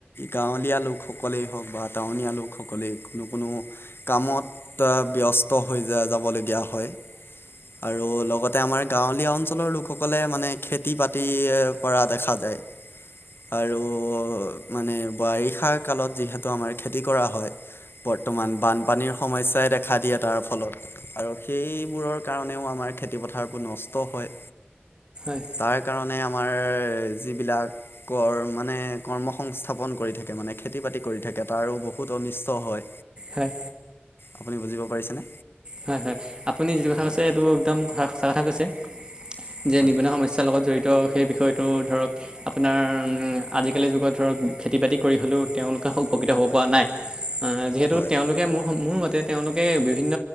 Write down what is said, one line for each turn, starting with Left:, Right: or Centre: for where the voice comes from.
Left: গাঁৱলীয়া লোকসকলেই হওক বা টাউনীয়া লোকসকলেই কোনো কোনো কামত ব্যস্ত হৈ যাবলগীয়া হয় আৰু লগতে আমাৰ গাঁৱলীয়া অঞ্চলৰ লোকসকলে মানে খেতি বাতি কৰা দেখা যায়। আৰু মানে বাৰিষা কালত যিহেতু আমাৰ খেতি কৰা হয় বৰ্তমান বানপানীৰ সমস্যাই দেখা দিয়ে তাৰ ফলত আৰু সেইবোৰৰ কাৰণেও আমাৰ খেতিপথাৰবোৰ নষ্ট হয়
Right: হয় হয়
Left: তাৰ কাৰণে আমাৰ আমাৰ যিবিলাক ক মানে কৰ্ম সংস্থাপন কৰি থাকে মানে। খেতি বাতি কৰি থাকে তাৰো বহুত অনিষ্ট হয়
Right: হয়
Left: আপুনি বুজিব পাৰিছেনে
Right: হয় হয় আপুনি যিটো কথা
Left: হয়
Right: কৈছে এইটো একদম সঁচা কথা কৈছে যে
Left: হয়
Right: নিবনুৱা সমস্যাৰ লগত জড়িত সেই বিষয়টো ধৰক আপোনাৰ আজিকালি যুগত ধৰক খেতি বাতি কৰি হ'লেও তেওঁলোকে উপকৃত হ'ব পৰা নাই যিহেতু
Left: হয়
Right: তেওঁলোকে মোৰ মোৰ মতে তেওঁলোকে বিভিন্ন